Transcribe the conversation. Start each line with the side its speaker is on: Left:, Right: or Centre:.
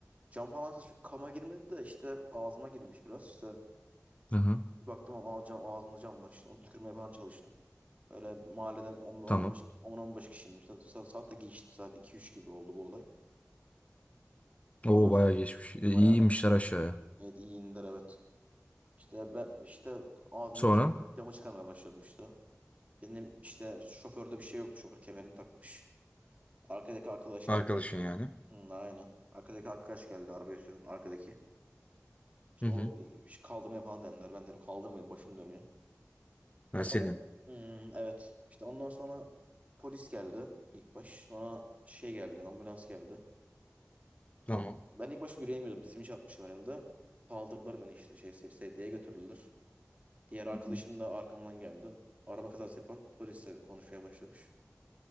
Right: cam falan saçıp kama girmedi de işte ağzıma girmiş biraz. İşte
Left: Hı hı.
Right: Bir baktım ağ- cam, ağzımda cam var işte onu tükürmeye falan çalıştım. Böyle mahalleden 10-15
Left: Tamam.
Right: 10-15 kişinin saat, saat saat de geçti saat iki üç gibi oldu bu olay. Ondan
Left: Oo
Right: sonra
Left: bayağı geçmiş. E,
Right: bayağı
Left: iyi inmişler aşağıya.
Right: evet, iyi indiler evet. İşte ben işte ağzımdaki
Left: Sonra?
Right: camı çıkarmaya başladım işte. Benim işte şoförde bir şey yoktu şoför kemerini takmış. Arkadaki arkadaş
Left: Arkadaşın
Right: geldi işte.
Left: yani.
Right: Hı, aynen. Arkadaki arkadaş geldi arabayı süren arkadaki. İşte
Left: Hı hı.
Right: o e, kaldırmaya falan denediler. Ben dedim kaldırmayın başım dönüyor.
Left: ben
Right: Sonra
Left: seni.
Right: Hmm, evet işte ondan sonra polis geldi ilk baş. Sonra şey geldi ambulans geldi.
Left: Tamam.
Right: Ben ilk başta yürüyemiyordum dizimi çarpmışım herhalde. Kaldırdılar beni işte şey se- sedyeye götürüldüler. Diğer arkadaşım
Left: Hı hı.
Right: da arkamdan geldi. Araba kazası yapan polisle konuşmaya başlamış.